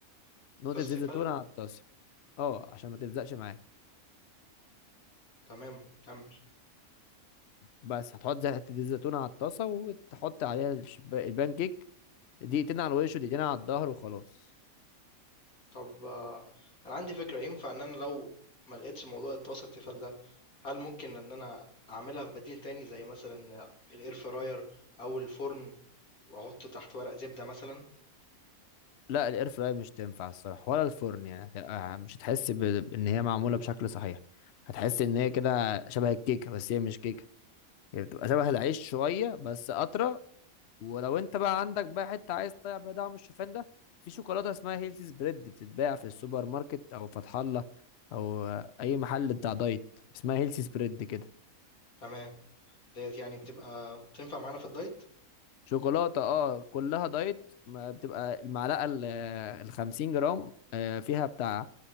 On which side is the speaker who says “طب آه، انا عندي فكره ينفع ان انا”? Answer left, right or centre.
Left